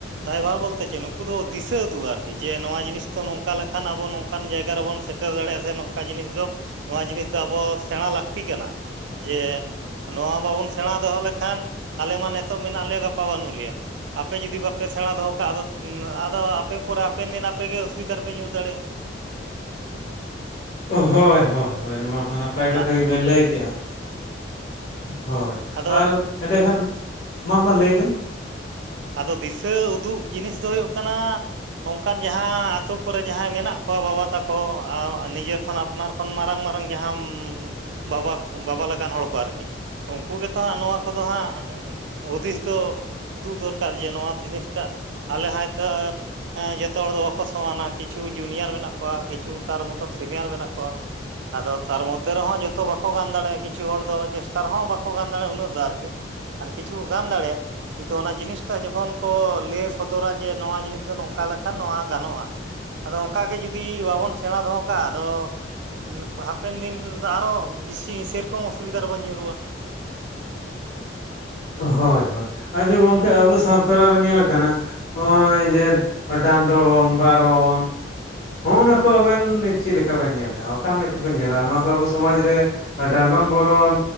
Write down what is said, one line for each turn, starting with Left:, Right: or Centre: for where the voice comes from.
Right: ᱫᱟᱭᱵᱷᱟᱨ ᱵᱚᱞᱛᱮ ᱪᱮᱫ ᱱᱩᱠᱩ ᱫᱚ ᱫᱤᱥᱟᱹ ᱩᱫᱩᱜ ᱟᱨᱠᱤ ᱡᱮ ᱱᱚᱣᱟ ᱡᱤᱱᱤᱥ ᱫᱚ ᱱᱚᱝᱠᱟ ᱞᱮᱠ ᱠᱷᱟᱱ ᱟᱵᱚ ᱱᱚᱝᱠᱟᱱ ᱡᱟᱭᱜᱟ ᱨᱮᱵᱚᱱ ᱥᱮᱴᱮᱨ ᱫᱟᱲᱮᱭᱟᱜ-ᱟ ᱥᱮ ᱱᱚᱝ ᱱᱚᱝᱠᱟ ᱡᱤᱱᱤᱥ ᱫᱚ ᱱᱚᱣᱟ ᱡᱤᱱᱤᱥ ᱫᱚ ᱟᱵᱚ ᱥᱮᱲᱟ ᱞᱟᱹᱠᱛᱤ ᱠᱟᱱᱟ᱾ ᱡᱮ ᱱᱚᱣᱟ ᱵᱟᱵᱚᱱ ᱥᱮᱬᱟ ᱫᱚᱦᱚ ᱞᱮᱠᱷᱟᱱ, ᱟᱞᱮ ᱢᱟ ᱱᱤᱛᱟᱜ ᱢᱮᱱᱟᱜ ᱞᱮᱭᱟ ᱜᱟᱯᱟ ᱵᱟᱹᱱᱩᱜ ᱞᱮᱭᱟ ᱾ ᱟᱯᱮ ᱡᱩᱫᱤ ᱵᱟᱯᱮ ᱥᱮᱲᱟ ᱫᱚᱦᱚ ᱠᱟᱜᱼᱟ ᱟᱫᱚ, ᱟᱫᱚ ᱟᱯᱮ ᱯᱚᱨᱮ ᱦᱟᱯᱮᱱ ᱫᱤᱱ ᱟᱯᱮᱜᱮ ᱚᱥᱩᱵᱤᱫᱟ ᱨᱮᱯᱮ ᱧᱩᱨ ᱫᱟᱲᱮᱭᱟᱜᱼᱟ ᱾
Left: ᱦᱚᱭ ᱦᱚᱭ ᱦᱚᱭ ᱱᱚᱣᱟ ᱦᱚᱸ ᱱᱟᱯᱟᱭ
Right: ᱚᱱᱟ
Left: ᱠᱟᱛᱷᱟ ᱜᱮᱵᱤᱱ ᱞᱟᱹᱭ ᱠᱮᱫᱼᱟ ᱾ ᱦᱚᱭ
Right: ᱟᱫᱚ
Left: ᱟᱨ ᱮᱸᱰᱮᱠᱷᱟᱱ, ᱢᱟ ᱢᱟ ᱞᱟᱹᱭ ᱵᱤᱱ ᱾
Right: ᱟᱫᱚ ᱫᱤᱥᱟᱹ ᱩᱫᱩᱜ ᱡᱤᱱᱤᱥ ᱫᱚ ᱦᱩᱭᱩᱜ ᱠᱟᱱᱟ ᱚᱱᱠᱟᱱ ᱡᱟᱦᱟᱸ ᱟᱛᱳ ᱠᱚᱨᱮ ᱡᱟᱦᱟᱸᱭ ᱢᱮᱱᱟᱜ ᱠᱚᱣᱟ ᱵᱟᱵᱟ ᱛᱟᱠᱚ, ᱱᱤᱡᱮ ᱠᱷᱚᱱ ᱟᱯᱱᱟᱨ ᱠᱷᱚᱱ ᱢᱟᱨᱟᱝ ᱢᱟᱨᱟᱝ ᱡᱟᱦᱟᱸ ᱵᱟᱵᱟ-ᱵᱟᱵᱟ ᱞᱮᱠᱟᱱ ᱦᱚᱲ ᱠᱚ ᱟᱨᱠᱤ, ᱩᱱᱠᱩ ᱜᱮᱛᱚ ᱦᱟᱸᱜ ᱱᱚᱣᱟ ᱠᱚᱫᱚ ᱦᱟᱸᱜ ᱦᱩᱫᱤᱥ ᱫᱚ ᱩᱫᱩᱜ ᱫᱚᱨᱠᱟᱨ ᱡᱮ ᱱᱚᱣᱟ ᱡᱤᱱᱤᱥᱴᱟᱜ ᱟᱞᱮ ᱦᱚᱭᱛᱚ ᱦᱮᱸ ᱡᱚᱛᱚ ᱦᱚᱲ ᱫᱚ ᱵᱟᱠᱚ ᱥᱚᱢᱟᱱᱟ ᱠᱤᱪᱷᱩ ᱡᱩᱱᱤᱭᱟᱨ ᱢᱮᱱᱟᱜ ᱠᱚᱣᱟ ᱠᱤᱪᱷᱩ ᱛᱟᱨ ᱢᱚᱛᱚᱱ ᱥᱤᱱᱤᱭᱟᱨ ᱢᱮᱱᱟᱜ ᱠᱚᱣᱟ᱾ ᱟᱫᱚ ᱛᱟᱨ ᱢᱚᱫᱽᱫᱷᱮ ᱨᱮᱦᱚᱸ ᱡᱚᱛᱚ ᱵᱟᱠᱚ ᱜᱟᱱ ᱫᱟᱲᱮᱭᱟᱜᱼᱟ ᱠᱤ ᱠᱤᱪᱷᱩ ᱦᱚᱲ ᱫᱚ ᱪᱮᱥᱴᱟ ᱨᱮᱦᱚᱸ ᱵᱟᱠᱚ ᱜᱟᱱ ᱫᱟᱲᱮᱭᱟᱜᱼᱟ ᱩᱱᱟᱹᱜ ᱫᱚ ᱟᱨᱠᱤ ᱟᱨ ᱠᱤᱪᱷᱩ ᱠᱚ ᱜᱟᱱ ᱫᱟᱲᱮᱭᱟᱜᱼᱟ ᱠᱤᱱᱛᱩ ᱚᱱᱟ ᱡᱤᱱᱤᱥ ᱴᱟᱜ ᱡᱚᱠᱷᱚᱱ ᱠᱚ ᱞᱮᱥ ᱥᱚᱫᱚᱨᱟ ᱡᱮ ᱱᱚᱣᱟ ᱡᱤᱱᱤᱥ ᱫᱚ ᱱᱚᱝ ᱠᱟ ᱞᱮᱱᱠᱷᱟᱱ ᱱᱚᱣᱟ ᱜᱟᱱᱚᱜᱼᱟ ᱾ ᱟᱫᱚ ᱚᱱᱠᱟ ᱜᱮ ᱡᱩᱫᱤ ᱵᱟᱵᱚᱱ ᱥᱮᱬᱟ ᱫᱚᱦᱚ ᱠᱟᱜ-ᱟ ᱟᱫᱚ ᱦᱟᱯᱮᱱ ᱫᱤᱱ ᱫᱚ ᱟᱨᱚ ᱵᱤᱥᱤ ᱥᱮᱨᱚᱠᱚᱢ ᱚᱥᱩᱵᱤᱫᱟ ᱨᱮ ᱵᱚᱱ ᱧᱩᱨᱩᱜᱼᱟ ᱾
Left: ᱦᱚᱭ ᱦᱚᱭ ᱟᱪᱪᱷᱟ ᱜᱚᱝᱠᱮ ᱟᱵᱚ ᱥᱟᱶᱛᱟ ᱨᱮ ᱧᱮᱞᱟᱠᱟᱱᱟ ᱾ ᱦᱚᱜᱼᱚᱭ ᱡᱮ ᱰᱟᱸᱰᱚᱢ, ᱵᱟᱨᱚᱱ ᱦᱚᱸᱜᱼᱱᱟ ᱠᱚ ᱟᱵᱮᱱ ᱪᱮᱫ ᱞᱮᱠᱟ ᱵᱮᱱ ᱧᱮᱞᱮᱜᱼᱟ ᱚᱠᱟ ᱢᱮᱫ ᱛᱮᱵᱮᱱ ᱧᱮᱞᱟ ᱱᱚᱣᱟ ᱠᱚ ᱟᱵᱚ ᱥᱚᱢᱟᱡᱽ ᱨᱮ ᱟᱨ ᱰᱟᱱᱰᱚᱢ, ᱵᱚᱨᱚᱱ,